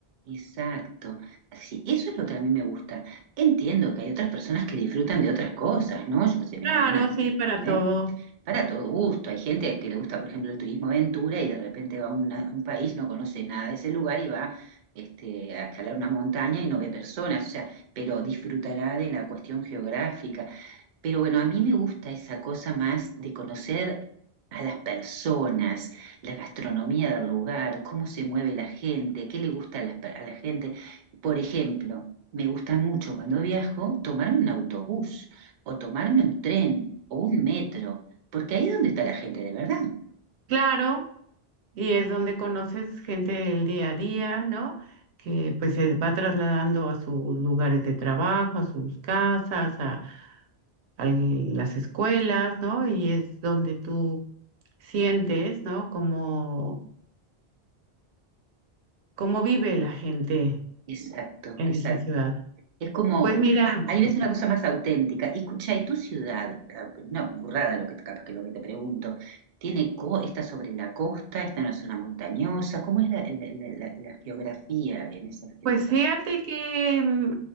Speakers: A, on the right; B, on the right.
A: exacto. Sí, eso es lo que a mí me gusta. Entiendo que hay otras personas que disfrutan de otras cosas, ¿no? Yo qué sé, mi
B: Claro,
A: hermana,
B: sí,
A: no
B: para
A: sé,
B: todo.
A: para todo gusto. Hay gente que le gusta, por ejemplo, el turismo aventura y de repente va a una- un país, no conoce nada de ese lugar y va este, a escalar una montaña y no ve personas, o sea, pero disfrutará de la cuestión geográfica. Pero bueno, a mí me gusta esa cosa más de conocer a las personas, la gastronomía del lugar, cómo se mueve la gente, qué le gusta a las per- a la, gente. Por ejemplo, me gusta mucho cuando viajo tomarme un autobús o tomarme un tren o un metro, porque ahí es donde está la gente de verdad.
B: Claro, y es donde conoces gente del día a día, ¿no? Que pues se va trasladando a sus lugares de trabajo, a sus casas, a, a las escuelas, ¿no? Y es donde tú sientes, ¿no? Cómo, cómo vive la gente
A: Exacto,
B: en
A: exacto.
B: esa ciudad.
A: Es como,
B: Pues mira.
A: a- ahí ves una cosa más auténtica. Y escucha, ¿y tu ciudad? Ah, No, burrada lo que, capaz que lo que te pregunto. ¿Tiene co- está sobre la costa? ¿Está en una zona montañosa? ¿Cómo es la, la- la- la- la geografía en esa, en
B: Pues
A: esa?
B: fíjate que mm,